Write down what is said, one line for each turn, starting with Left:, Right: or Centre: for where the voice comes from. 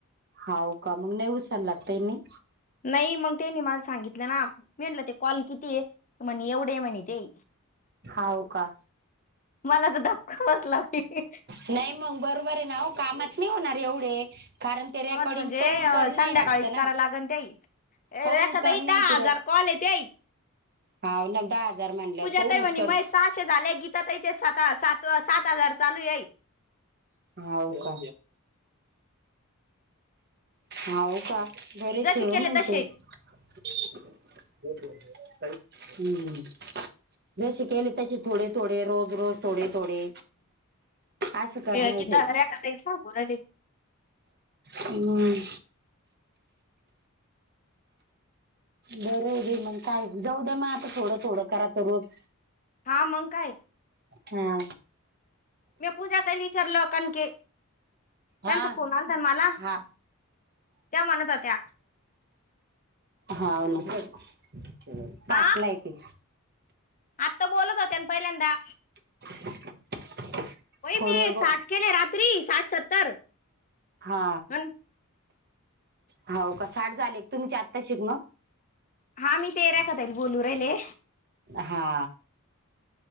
Right: हाऊ का? मग नही उसायला लागतय नी.
Left: नाही मग तेनी मला सांगितलं ना, मी म्हटलं ते कॉल किती हेय? म्हणी एवढं म्हणीते.
Right: हाव का.
Left: मला तर धपका बसला बाई
Right: नाही मंग बरोबर आहे ना वो, कामात नाही होणार एवढे कारण ते रेकॉर्डिंग
Left: कामात म्हणजे,
Right: पाहून करणय
Left: संध्याकाळीच
Right: वाटतं ना
Left: कराय लागन त्याई. ए,
Right: पाहून
Left: रेखाताई
Right: करणे
Left: दहा
Right: ति
Left: हजार कॉले ते.
Right: हाव ना, दहा हजार म्हणल्यावर
Left: पूजा
Right: पहूनच
Left: ताई म्हणे
Right: कर.
Left: मै सहाशे झाले. गीताताईचे सात, सात, सात हजार चालू ये.
Right: हाऊ का? हाऊ का? बरेच
Left: जसे
Right: हो
Left: केले
Right: मंग
Left: तसे
Right: ते. <unintelligible> जसे केले तसे थोडे -थोडे, रोज- रोज थोडे- थोडे असं कर
Left: ए,
Right: नई
Left: गीता
Right: ते.
Left: रेखा ताई सांगू राहिले
Right: हम् बरं राहूदे मंग काय, जाऊ द्या म आता थोडं- थोडं करा तर रोज.
Left: हा मंग काय?
Right: हा.
Left: म्या पूजाताईला विचारल, कणके.
Right: हा,
Left: त्यांचा फोन आलता ना मला
Right: हा.
Left: त्या म्हणत होत्या
Right: हाव ना, पाचला
Left: आ
Right: येते.
Left: आत्ता बोलत होत्यान, पहिल्यांदा
Right: <unintelligible>
Left: व्हय मी
Right: ब
Left: साठ केेले रात्री, साठ- सत्तर.
Right: हा,
Left: अन
Right: हाव का? साठ झाले. तुमच्या आत्ताचेत ना?
Left: हा मी तेऱ्या खात्या बोलू राहिले.
Right: हा.